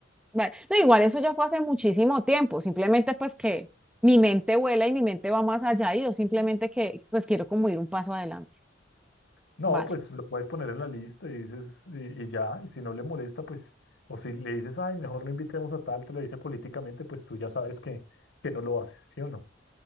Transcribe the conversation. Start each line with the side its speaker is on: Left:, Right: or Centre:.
Centre: Vale. No, igual eso ya fue hace muchísimo tiempo, simplemente pues que mi mente vuela y mi mente va más allá y yo simplemente que pues quiero como ir un paso adelante.
Left: No,
Centre: Vale,
Left: pues lo puedes poner en la lista y dices, y, y ya, y si no le molesta, pues, o si le dices, ay, mejor no invitemos a tal, te lo dice políticamente, pues tú ya sabes que, que no lo haces, ¿sí o no?